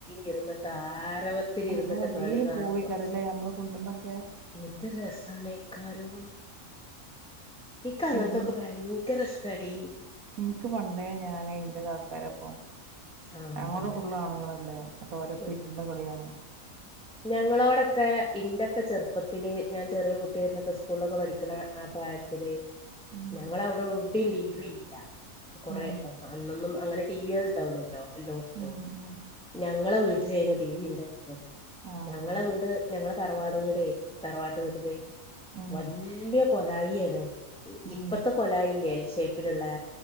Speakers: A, in the centre; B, on the right.
A: ഇരുന്നിട്ട് ആരവത്തിൽ
B: അള്ളോ
A: ഇരുന്നിട്ട്
B: എല്ലേരും
A: കളി കാണുമ്പോ
B: പോവേകാരല്ലേ നമ്മളെ കുന്ന്മ്മെക്കെ
A: എന്ത് രസാണേക്കാരോ ഇക്ക് അങ്ങൻത്തൊക്കെ
B: എന്ന്
A: ഭയങ്കര ഇഷ്ടാ ഡി
B: ഇൻക്ക് പണ്ടേ ഞാനയ്ന്റെ കാക്കാരപ്പം
A: ആ
B: ഞങ്ങളോടെ
A: കണ്ടിട്ട്
B: ഫുള്ളും ആണ്ങ്ങളല്ലേ അപ്പൊ ഓരപ്പം
A: ഉം
B: ഇരുന്ന് കളികാണും
A: ഞങ്ങളോടൊക്കെ ഇന്റെക്കെ ചെറുപ്പത്തിൽ ഞാൻ ചെറ്യേ കുട്ട്യേര്ന്നപ്പൊ സ്കൂളിലൊക്കെ പഠിക്കണ ആ പ്രായ ത്തില്
B: ഉം
A: ഞങ്ങളവടെവെടിം ടി വി ഇല്ല കൊറെ
B: ഉം
A: അന്നൊന്നും അങ്ങനെ ടി വി കൾ ഇണ്ടാവൂലല്ലോ എല്ലോട്ത്തും
B: ഉം ഉം
A: ഞങ്ങളെ വീട്ടിലേന്നു ടി വി ഇണ്ടായിന്നത്
B: ആഹ്
A: ഞങ്ങള
B: അങ്ങനെ
A: വീട് ഞങ്ങളെ തറവാട് വീടെ തറവാട്ട് വീട്ടിൽ
B: ഉം
A: വല്ല്യേ കൊലായി ആണ്
B: ഉം
A: ഇപ്പത്തെ കൊലായി ഇല്ലേ എൽ ഷേപ്പിലുള്ളെ